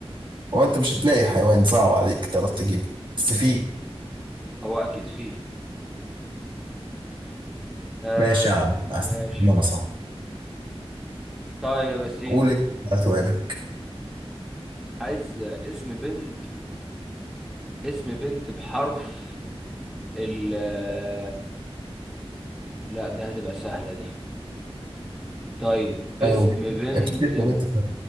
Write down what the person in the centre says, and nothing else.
هو أكيد فيه آه
ماشي
طيب يا سيدي
عايز آه، اسم بنت اسم بنت بحرف ال آه، لا دي هتبقى سهلة دي طيب اسم
بنت